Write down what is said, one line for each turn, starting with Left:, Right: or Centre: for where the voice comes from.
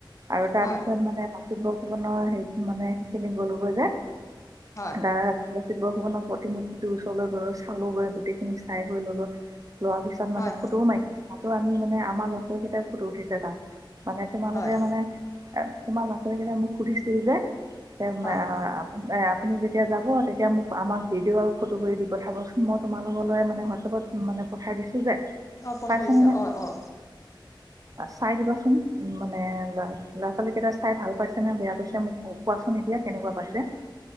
Right: আৰু তাৰ
Left: হয়
Right: পিছত মানে লাচিত বৰফুকনৰ হেৰিটো, মানে সেইখিনি গ'লোগৈ যে।
Left: হয়।
Right: তাৰপিছত লাচিত বৰফুকনৰ প্ৰতিমূ্তিটো ওৰলৈ গ'লো, চালোঁ গৈ গোটেইখিনি চাই বই ল'লো। লোৱাৰ পিছত মানে
Left: হয়
Right: ফটোও মাৰিছিল, তাতো আমি মানে আমাৰ ল'ৰা ছোৱালীকেইটাই ফটো উঠিছে তাত। মানে তোমালোকে
Left: হয়
Right: মানে, তোমাৰ ল'ৰা ছোৱালীকেইটাই মোক সুধিছিল যে, হেই
Left: হয়
Right: মা আ আপুনি যেতিয়া যাব, তেতিয়া মোক আমাক ভিডিঅ' আৰু ফটো কৰি দি পঠাবচোন। মই তোমালোকলৈ মানে হোৱাটছপত মানে পঠাই দিছোঁ যে,
Left: অ পঠাই
Right: চাইছে
Left: দিছে
Right: নে নাই।
Left: অ অ
Right: চাই দিবাচোন মানে, ল-ল'ৰা ছোৱালীকেইটা চাই ভাল পাইছেনে বেয়া পাইছে মোক কো-কোৱাচোন। চোন এতিয়া কেনেকুৱা পাইছে।